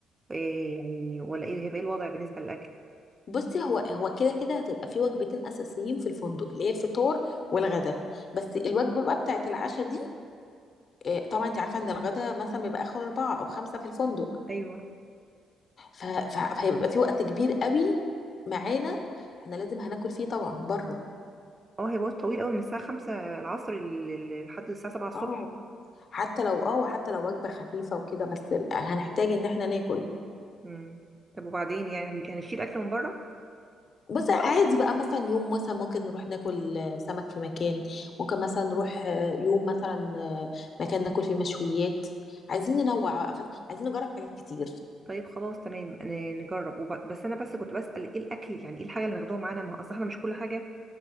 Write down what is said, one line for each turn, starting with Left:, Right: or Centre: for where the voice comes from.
Right: إيه يعني ولا ايه هيبقى ايه الوضع بالنسبه للاكل
Left: بصي هو هو كده كده هتبقى في وجبتين أساسيين في الفندق اللي هي الفطار والغدا بس الوجبة بقى بتاعت العشاء دي إيه، طبعا انت عارفة ان الغدا مثلا بيبقى آخر أربعة أو خمسة في الفندق
Right: ايوه
Left: ف- ف- فهيبقى في وقت كبير قوي معانا احنا لازم هناكل فيه طبعا بره
Right: اه هي وقت طويل قوي من الساعة خمسة العصر لل- لل- لحد الساعة سبعة الصبح
Left: اه حتى لو اه حتى لو وجبة خفيفة وكده بس هنحتاج ان احنا ناكل
Right: مم. طب وبعدين يعني هن- يعني هنشيل أكل من بره
Left: بس عادي بقى مثلا يوم مثلا ممكن نروح ناكل آه، سمك في مكان ممكن مثلا نروح آه، يوم مثلا آه، مكان ناكل فيه مشويات عايزين ننوع بقى ف- عايزين نجرب حاجات كتير
Right: طيب خلاص تمام أنا نجرب وب... بس أنا بس كنت بسأل إيه الأكل يعني إيه الحاجة اللي هناخدوها معانا ما هو أصل إحنا مش كل حاجة